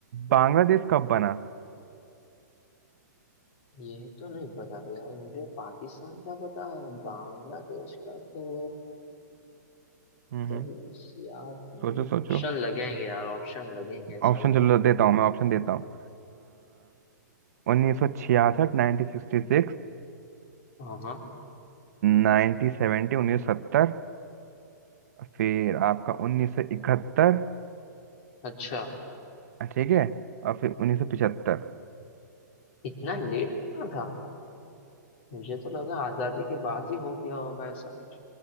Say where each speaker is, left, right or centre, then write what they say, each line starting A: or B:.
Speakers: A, on the right; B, on the left.
A: बांग्लादेश कब बना
B: ये तो नहीं पता यार मुझे पाकिस्तान का पता है बांग्लादेश का तो
A: हम्म
B: कभी
A: हम्म,
B: याद नहीं
A: सोचो सोचो
B: ऑप्शन लगेंगे यार ऑप्शन लगेंगे ऐसा
A: ऑप्शन
B: लग
A: चलो
B: रहा है
A: देता हूँ मैं ऑप्शन देता हूँ उन्नीस सौ छियासठ नाइनटीन सिक्सटी सिक्स,
B: हाँ हाँ
A: नाइनटीन सेवेंटी उन्नीस सौ सत्तर फिर आपका उन्नीस सौ इकहत्तर
B: अच्छा
A: ठीक है और फिर उन्नीस सौ पिछहत्तर
B: इतना लेट बना था मुझे तो लगा आजादी के बाद ही हो गया होगा ऐसा कुछ